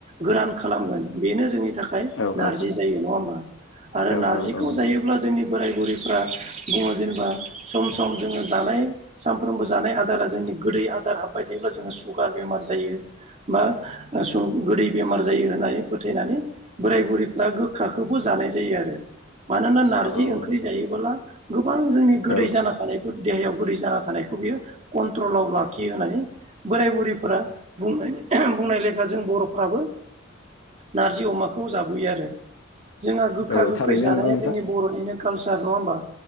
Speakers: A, on the right (about 35°); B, on the left (about 85°).
A: गोरान खालामगोन बेनो जोंनि थाखाय
B: औ
A: नारजि
B: औ
A: जायो नङा होमबा आरो नारजिखौ
B: औ औ नंगौ
A: जायोब्ला जोंनि बोराय-बुरैफ्रा बुङो जेनेबा सम सम जोङो जानाय सानफ्रोमबो जानाय आदारा जोंनि गोदै आदार हाबबाय थायोब्ला जोङो सुगार बेमार जायो। बा गोदै बेमार जायो होननानै फोथायनानै बोराय-बुरै फोरा गोखा खौबो जानाय जायो आरो मानोना नारजि
B: औ
A: ओंख्रि
B: नंगौ
A: जायोबोला गोबां जोंनि गोदै
B: औ
A: जाना थानायफोर देहायाव गोदै जाना थानायखौ बियो कन्ट्रलाव लाखियो होननानै बोराय-बुरैफोरा बुं-बुंनाय लेखा जों बर'फ्राबो नारजि अमाखौ जाबोयो आरो। जोंहा गोखा
B: औ औ
A: गोखै
B: थारैनो
A: जानाया
B: नंगौ नोंथां
A: जोंनि बर'निनो कालसार नङा होमबा